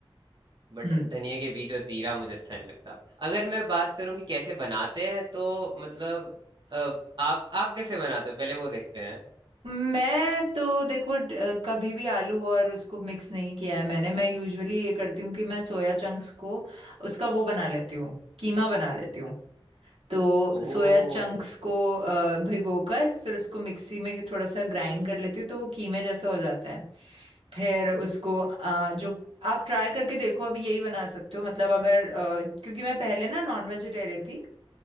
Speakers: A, on the right; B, on the right.
A: बट
B: हम्म
A: धनिया के बीज और जीरा मुझे अच्छा नहीं लगता अगर मैं बात करूं कि कैसे बनाते हैं तो मतलब अ, आप आप कैसे बनाते हो पहले वो देखते हैं
B: मैं तो देखो ड- अ, कभी भी आलू और उसको मिक्स नहीं किया है मैंने मैं यूजुअली ये करती हूँ कि मैं सोया चंक्स को उसका वो बना लेती हूँ कीमा बना लेती हूँ तो
A: ओ
B: सोया चंक्स को अ, भिगोकर फिर उसको मिक्सी में थोड़ा सा ग्राइंड कर लेती हूँ तो वो कीमे जैसा हो जाता है फिर उसको अ, जो आप ट्राई करके देखो अभी यही बना सकते हो मतलब अगर अ, क्योंकि मैं पहले ना नॉन वेजिटेरियन थी